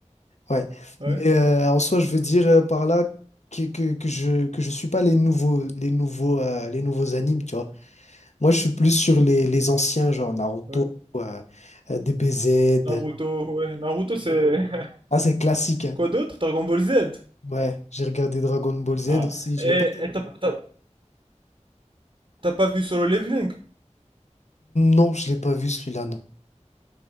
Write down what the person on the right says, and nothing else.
ouais,
ouais.
Naruto, ouais, Naruto c'est
<laughs>
quoi d'autre? Dragon Ball Z?
Ah
et
et t'as t'as tu pas vu Solo Leveling?